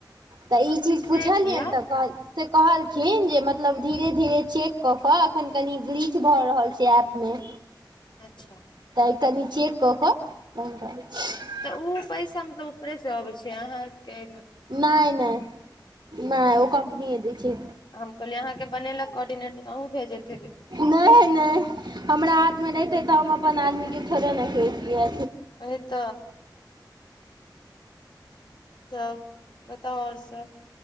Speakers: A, on the right; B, on the left.
A: त ई चीज पुछलियैन
B: से किया
A: त कहलैन से कहलखिन जे मतलब धीरे धीरे चेक क के अखन कनि बीच किछ भ रहल छे ऐप मे।
B: अच्छा।
A: त कनि चेक क क ब जा <inaudible>
B: त ओ पैसा मतलब ऊपरे से अबे छे अहाँ के।
A: ने ने ने ओ कम्पनिये दै छै।
B: हम कहलिये अहाँ के बनेलेक कोर्डिनेटर त अहूँ भेजेत हेबे।
A: नै नै हमरा हाथ मे रहिते त हम अपन आदमी के थोड़े ने करितियै।
B: ओ त। तब बताउ और सब।